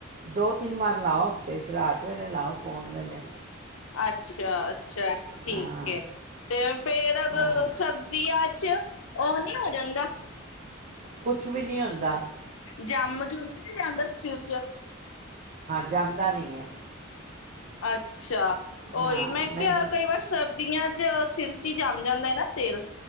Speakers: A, on the right (about 40°); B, on the left (about 75°).
A: ਦੋ -ਤਿੰਨ ਵਾਰ ਲਾਓ ।ਹਫ਼ਤੇ 'ਚ ਰਾਤ ਵੇਲੇ ਲਾਓ ਸੋਣ ਵੇਲੇ
B: ਅੱਛਾ ਅੱਛਾ, ਠੀਕ
A: ਹਾਂ
B: ਹੈ। ਤੇ ਫੇਰ ਅੱਗੇ
A: ਹਾਂ
B: ਸਰਦੀਆਂ ਚ ਉਹ ਨਹੀਂ ਹੋ ਜਾਂਦਾ ।
A: ਕੁਛ ਵੀ ਨਹੀਂ ਹੁੰਦਾ ।
B: ਜਮ ਚ ਹਦੇ ਵੀ ਜਾਂਦਾ ਸਿਰ ਚ
A: ਜਮਦਾ ਨਹੀਂ ਹੈ
B: ਅੱਛਾ
A: ਹਾਂ
B: ਉਹੀ ਮੈਂ ਕਿਹਾ
A: ਨਹੀਂ ਨੂੰ-
B: ਕਈ ਵਾਰ ਸਰਦੀਆਂ ਚਿਰ <unintelligible> ਜ਼ਮ ਜਾਂਦਾ ਨਾ ਤੇਲ